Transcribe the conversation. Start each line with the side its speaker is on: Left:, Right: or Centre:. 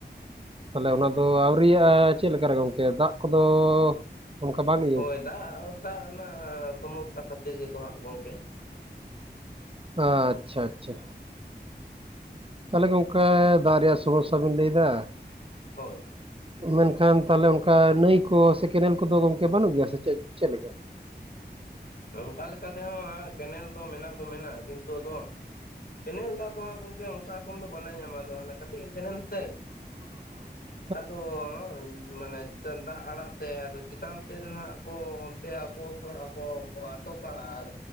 Right: ᱛᱟᱦᱟᱞᱮ ᱚᱱᱟ ᱫᱚ ᱟᱹᱣᱲᱤᱭᱟᱜᱼᱟ ᱪᱮᱫ ᱞᱮᱠᱟᱨᱮ ᱜᱚᱝᱠᱮ ᱫᱟᱜ ᱠᱚᱫᱚ ᱼᱼ ᱚᱱᱠᱟ ᱵᱟᱝ
Left: ᱦᱳᱭ ᱫᱟᱜ ᱫᱟᱜ ᱨᱮᱱᱟᱜ ᱥᱚᱢᱚᱥᱥᱟ ᱠᱷᱟᱹᱛᱤᱨ ᱜᱮᱠᱚ ᱦᱟᱸᱜ ᱜᱚᱢᱠᱮ।
Right: ᱟᱪᱪᱷᱟ ᱟᱪᱪᱷᱟ ᱛᱟᱦᱚᱞᱮ ᱜᱚᱝᱠᱮ ᱫᱟᱜ ᱨᱮᱭᱟᱜ ᱥᱚᱢᱚᱥᱥᱟ ᱵᱮᱱ ᱞᱟᱹᱭᱟ?
Left: ᱦᱳᱭ
Right: ᱢᱮᱱᱠᱷᱟᱱ ᱛᱟᱦᱟᱞᱮ ᱚᱱᱠᱟ ᱱᱟᱹᱭ ᱠᱚ ᱥᱮ ᱠᱮᱱᱮᱞ ᱠᱚᱫᱚ ᱜᱚᱝᱠᱮ ᱵᱟᱹᱱᱩᱜ ᱜᱮᱭᱟ ᱥᱮ ᱪᱮᱫ ᱪᱮᱫᱞᱮᱠᱟ?
Left: ᱚᱱᱠᱟ ᱞᱮᱠᱟ ᱛᱮᱦᱚᱸ ᱠᱮᱱᱮᱞ ᱫᱚ ᱢᱮᱱᱟᱜ ᱫᱚ ᱢᱮᱱᱟᱜᱼᱟ ᱠᱤᱱᱛᱩ ᱟᱫᱚ ᱠᱮᱱᱮᱞ ᱫᱟᱜ ᱫᱚ ᱦᱟᱸᱜ ᱜᱚᱝᱠᱮ ᱚᱱᱠᱟ ᱨᱚᱠᱚᱢ ᱫᱚ ᱵᱟᱞᱮ ᱧᱟᱢᱟ ᱟᱫᱚ ᱦᱟᱱᱮ ᱠᱟᱹᱴᱤᱡ ᱠᱮᱱᱮᱞ ᱥᱮ ᱾
Right: <unintelligible>
Left: ᱟᱫᱚ ᱢᱟᱱᱮ ᱫᱟᱜ ᱟᱲᱟᱜ ᱛᱮ ᱟᱫᱚ ᱪᱮᱛᱟᱱ ᱥᱮᱫ ᱨᱮ ᱱᱷᱟᱜ ᱠᱚ ᱼᱼ ᱥᱮ ᱟᱠᱚ ᱠᱚ ᱟᱠᱚ ᱠᱚ ᱟᱴᱚᱠᱟ ᱟᱨ